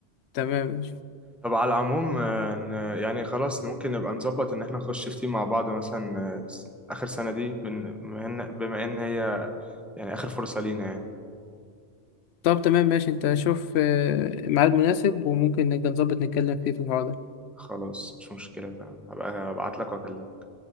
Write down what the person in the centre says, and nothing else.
طب على العموم آه، ن- يعني خلاص ممكن نبقى نظبط إن احنا نخش في تيم مع بعض مثلا آه، س- آخر سنة دي بن- بما إن بما إن هي يعني آخر فرصة لينا يعني
خلاص مش مشكلة تمام هبقى أبعت لك وأكلمك